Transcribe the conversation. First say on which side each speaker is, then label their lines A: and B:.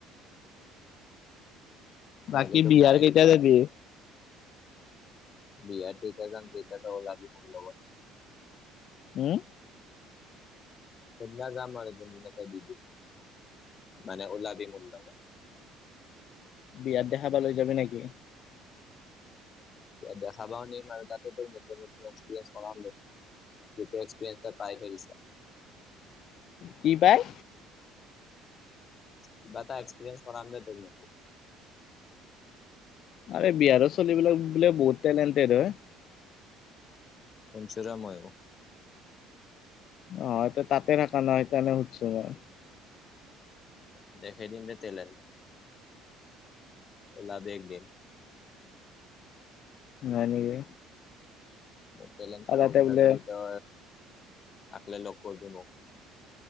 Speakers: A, on the left; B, on the left.
A: নহ'লে
B: বাকী
A: তোক
B: বিহাৰ
A: গায়ে
B: কেতিয়া
A: দিলো হয়
B: যাবি।
A: বিহাৰ তেতিয়া যাম যেতিয়া তই ওলাবি মোৰ লগত,
B: উম,
A: সেইদিনা যাম আৰু যোনবিলাকে দিব মানে ওলাবি মোৰলগত।
B: বিয়াত দেখাবা লৈ যাবি নেকি।
A: দেখা পও নিম আৰু তাতে তো নতুন নতুন এক্সৰিয়েঞ্চ কৰাও ন। সেইটো এ্সপিৰিয়ন্ছ ত পাই থৈ দিছে।
B: কি পায়।
A: কিবা এটা একসপিৰিয়ন্ছ কৰাম দেই ধৰি ল।
B: আৰে বিহাৰৰ ছোৱালী বিলাক বোলে বহুত টেলেণ্টেড হয়।
A: পঞ্চুৰাময় হয়।
B: অ তাতে থকা ন সেইকাৰণে সুধছো মই।
A: দেখেই দিন যে তেলে ওলাবি একদিন।
B: নাই নেকি।
A: ম তেলেন্ট
B: আৰু তাতে
A: উৎসাহৰিত
B: বোলে
A: আহিলে লগ কৰিবি মোক।